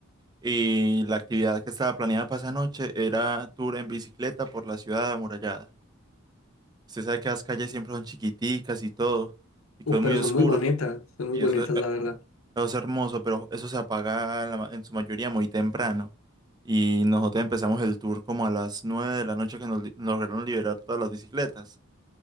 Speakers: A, on the right (about 20°); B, on the left (about 80°).
A: Y la actividad que estaba planeada para esa noche era tour en bicicleta por la ciudad amurallada. Usted sabe que las calles siempre son chiquiticas y todo, y
B: Uf,
A: que es muy
B: pero
A: oscuro.
B: son muy bonitas, son muy
A: Y
B: bonitas,
A: eso, eh,
B: la verdad.
A: eso es hermoso, pero eso se apaga en la ma- en su mayoría muy temprano. Y nosotros empezamos el tour como a las 9 de la noche que nos, li- nos lograron liberar todas las bicicletas.